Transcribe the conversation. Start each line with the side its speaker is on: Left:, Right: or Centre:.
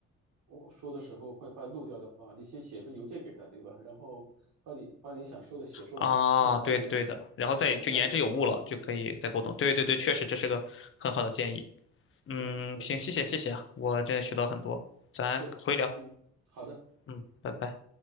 Right: 我说的时候会快漏掉的话，你先写一份邮件给他，对吧？然后把你把你想说的写出来，
Left: 啊，
Right: 然后再跟他，
Left: 对对的，然后再就言之有物了，
Right: 对，再跟他去沟通，
Left: 就可以再沟通。对对对，确实这是个很好的建议。嗯，
Right: 是，对，
Left: 行，谢谢谢谢啊我真的学到很多，咱回聊，
Right: 是，嗯，好的。
Left: 嗯，拜拜。